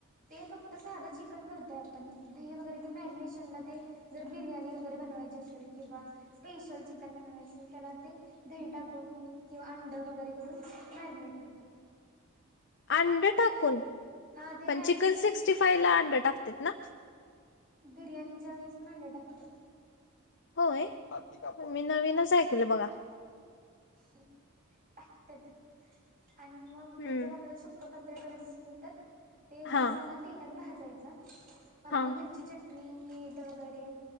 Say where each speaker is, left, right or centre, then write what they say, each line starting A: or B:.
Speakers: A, on the right (about 40°); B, on the left (about 55°).
A: ते फक्त साधं चिकन करतय आपण दही वगैरे मॅरिनेशनला ते जर बिर्याणी वगैरे बनवायची असेल किंवा स्पेशल चिकन बनवायचे असेल त्याला ते दही टाकून किंवा अंड वगैरे करून मॅरिनेट करतात
B: अंड टाकून
A: हा ते
B: पण
A: मॅरिने
B: चिकन सिक्स्टी फाई ला अंड टाकत ना
A: बिर्याणीच्या वेळेस पण अड्या टाकते
B: होय मी नवीनच ऐकलं बघा
A: टाकतात आणि मग
B: हम्म
A: जर आपल्या प्र करायच असेल तर ते
B: हा
A: मसाला तेलात भाजायचा आपली
B: हा
A: घरची चटणी मीठ वगैरे